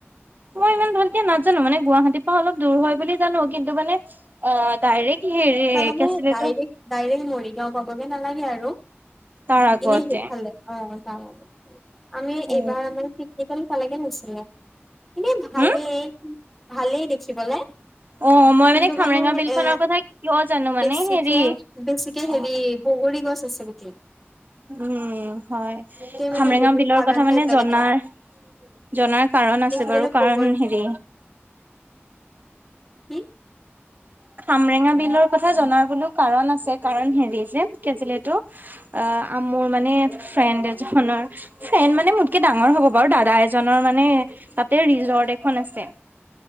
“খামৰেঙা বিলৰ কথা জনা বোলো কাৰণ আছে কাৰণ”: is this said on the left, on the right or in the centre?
Right